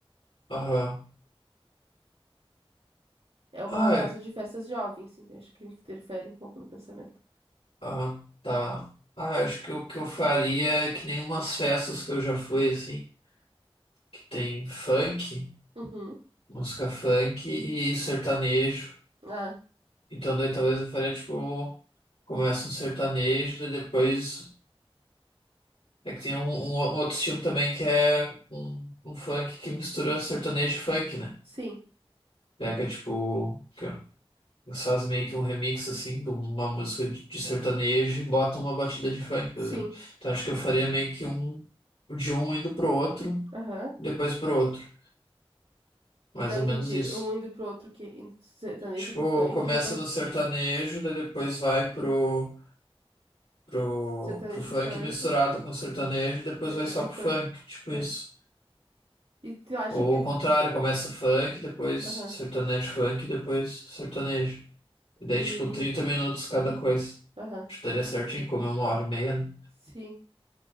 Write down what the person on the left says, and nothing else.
Aham.
Ah,
ah, tá. Ah, acho que o que eu faria é que nem umas festas que eu já fui, assim, que tem funk,
música funk e sertanejo.
Então daí talvez eu faria, tipo, começa um sertanejo, daí depois é que tem um, um o- outro estilo também que é um, um funk que mistura sertanejo e funk, né?
Pega, tipo, Eles fazem meio que um remix assim de uma música de de sertanejo e botam uma batida de funk, por
exemplo. Então acho que eu faria meio que um de um indo pro outro,
depois pro outro. Mais
ou
menos isso.
Tipo,
começa
no sertanejo, daí depois vai pro, pro,
pro funk
misturado com sertanejo, depois
vai só
pro
funk, tipo isso.
Ou
o contrário, começa funk, depois
sertanejo funk, depois sertanejo. E daí,
tipo, 30 minutos cada coisa.
Acho que daria certinho, como é uma hora e meia, né?